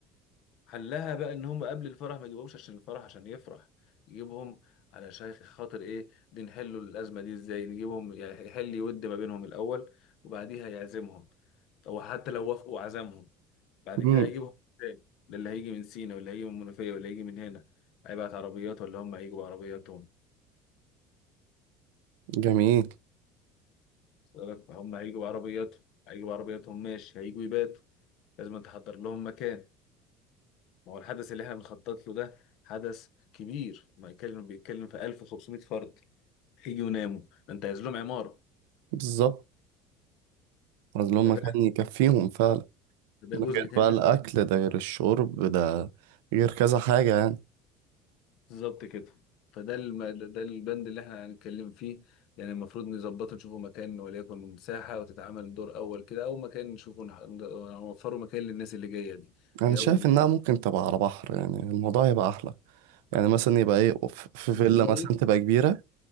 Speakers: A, on the left; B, on the right.
A: حلها بقى ان هم قبل الفرح ما يجيبهمش عشان الفرح عشان يفرح يجيبهم على شيخ خاطر ايه دي نحلوا الازمه دي ازاي نجيبهم يعني يحل يود ما بينهم الاول وبعديها يعزمهم او حتى لو وافقوا عزمهم بعد
B: امم
A: كده هيجيبهم ازاي ده اللي هيجي من سينا واللي هيجي من المنوفيه واللي هيجي من هنا هيبعت عربيات ولا هم هيجوا بعربياتهم
B: جميل
A: وصل لك؟ هم هيجوا بعربياتهم هيجوا بعربياتهم ماشي هيجوا يباتوا لازم تحضر لهم مكان ما هو الحدث اللي احنا بنخطط له ده حدث كبير ما يتكلم بيتكلم في 1500 فرد هيجي ويناموا انت عايز لهم عمارة
B: بالظبط عايز لهم
A: فده
B: مكان يكفيهم فعلا
A: ده
B: ده
A: جزء
B: غير
A: تاني
B: بقى
A: لازم-
B: الاكل ده غير الشرب ده غير كذا حاجة يعني
A: بالظبط كده فده الم... ده البند اللي احنا هنتكلم فيه يعني المفروض نظبطه نشوفوا مكان وليكن ساحة وتتعمل دور أول كده أو مكان نشوفه نح- نوفره مكان للناس اللي جاية دي
B: انا
A: دي
B: شايف
A: أول ما
B: انها ممكن تبقى على بحر يعني الموضوع يبقى احلى يعني مثلا يبقى ايه ف- في
A: يجي
B: فيلا
A: صيف
B: مثلا تبقى كبيرة